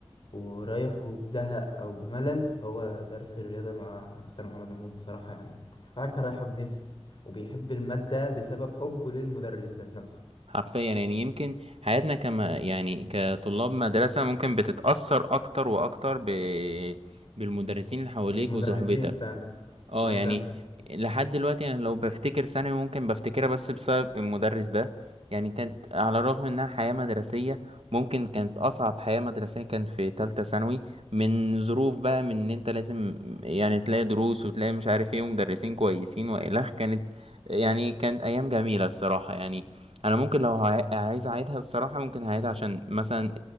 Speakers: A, on the left; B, on the right.
A: ورايح وبزهق او بملل هو درس الرياضة مع مستر محمد محمود بصراحة يعني الواحد كان رايحه بنفس وبيحب المادة بسبب حبه للمدرس ذات نفسه
B: حرفيا يعني يمكن حياتنا كما يعني كطلاب مدرسة ممكن بتتأثر اكتر واكتر ب... بالمدرسين اللي حواليك
A: بالمدرسين
B: وصحبتك
A: فعلا
B: اه
A: اه
B: يعني لحد دلوقتي انا لو بفتكر ثانوي ممكن بفتكرها بس بسبب المدرس ده يعني كانت على الرغم انها حياة مدرسية ممكن كانت اصعب حياة مدرسية كان في تالتة ثانوي من ظروف بقى
A: فعلا
B: من ان انت لازم يعني تلاقي دروس وتلاقي مش عارف ايه ومدرسين كويسين والخ كانت يعني كانت ايام جميلة الصراحة يعني انا ممكن لو هع- عايز اعيدها الصراحة ممكن هعيدها عشان مثلا